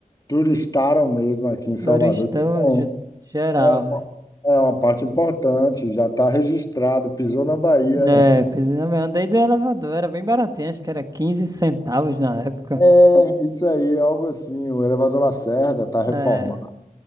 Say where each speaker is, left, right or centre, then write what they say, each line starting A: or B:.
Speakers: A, on the left; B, on the right.
A: turistaram mesmo aqui em Salvador.
B: Turistão
A: Bom,
B: ge- geral,
A: é,
B: velho.
A: uma- é uma parte importante, já está registrado, pisou na Bahia,
B: É,
A: né?
B: pois é, eu andei do elevador, era bem baratinho, acho que era 15 centavos na época.
A: É, isso aí, é algo assim. O Elevador Lacerda está reformado.
B: É.